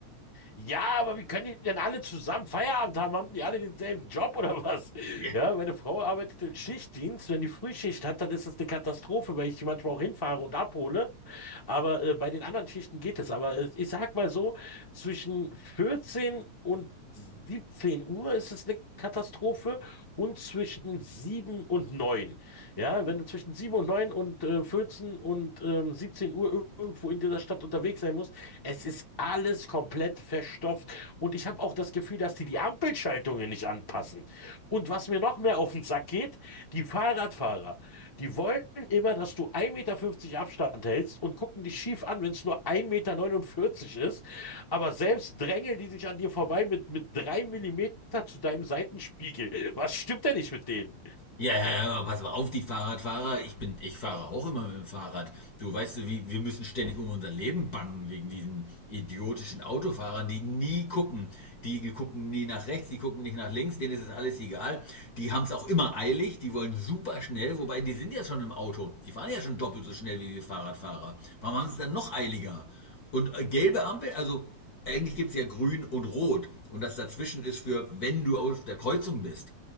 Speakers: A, on the left; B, on the left.
A: ja, aber wie können die denn alle zusammen Feierabend haben? Haben die alle denselben Job oder was? <laughs>
B: Ja.
A: Ja, meine Frau arbeitet im Schichtdienst. Wenn die Frühschicht hat, dann ist es eine Katastrophe, weil ich die manchmal auch hinfahre und abhole. Aber äh, bei den anderen Schichten geht es. Aber äh, ich sag mal so, zwischen 14 und 17 Uhr ist es eine Katastrophe und zwischen 7 und 9. Ja, wenn du zwischen 7 und 9 und äh, 14 und ähm, 17 Uhr ir- irgendwo in dieser Stadt unterwegs sein musst, es ist alles komplett verstopft. Und ich habe auch das Gefühl, dass die die Ampelschaltungen nicht anpassen. Und was mir noch mehr auf den Sack geht, die Fahrradfahrer. Die wollen immer, dass du ein Meter fünfzig Abstand hältst und gucken dich schief an, wenn es nur ein Meter neunundvierzig ist. Aber selbst drängeln die sich an dir vorbei mit, mit 3 Millimeter zu deinem Seitenspiegel. Was stimmt denn nicht mit denen?
B: Ja, ja, ja, pass mal auf, die Fahrradfahrer. Ich bin, ich fahre auch immer mit dem Fahrrad. Du weißt, du, wie, wir müssen ständig um unser Leben bangen wegen diesen idiotischen Autofahrern, die nie gucken. Die gucken nie nach rechts, die gucken nicht nach links, denen ist es alles egal. Die haben es auch immer eilig, die wollen super schnell, wobei die sind ja schon im Auto. Die fahren ja schon doppelt so schnell wie wir Fahrradfahrer. Warum haben sie es dann noch eiliger? Und äh, gelbe Ampel, also eigentlich gibt's ja grün und rot. Und das dazwischen ist für, wenn du auf der Kreuzung bist.